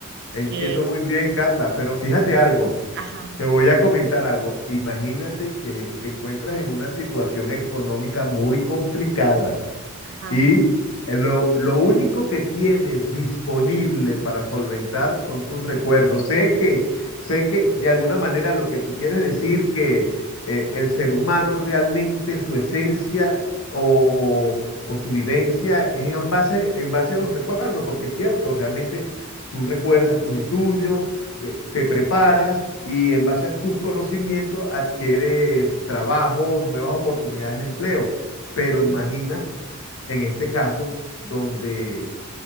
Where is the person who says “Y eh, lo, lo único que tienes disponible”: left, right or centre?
Left